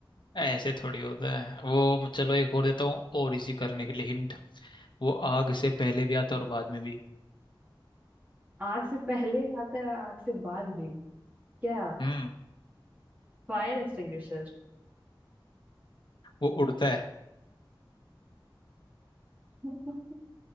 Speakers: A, on the left (about 65°); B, on the right (about 20°).
A: ऐसे थोड़ी होता है वो चलो एक और देता हूँ और इसी करने के लिए हिंट वो आग से पहले भी आता है और बाद में भी
B: आग से पहले आता है और आग से बाद भी क्या
A: हम्म
B: Fire extinguisher
A: वो उड़ता है
B: <laughs>